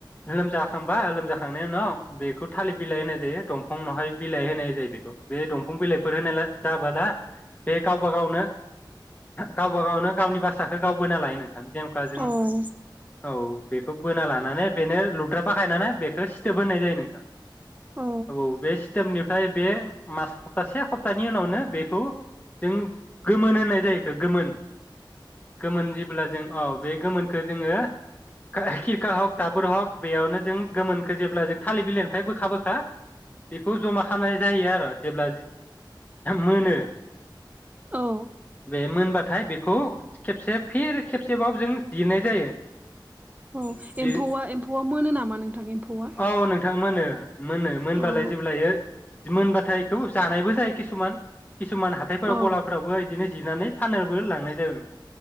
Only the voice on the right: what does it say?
औ
औ
औ
औ
एम्फौआ एम्फौआ मोनो नामा नोंथां एम्फौआ
औ
औ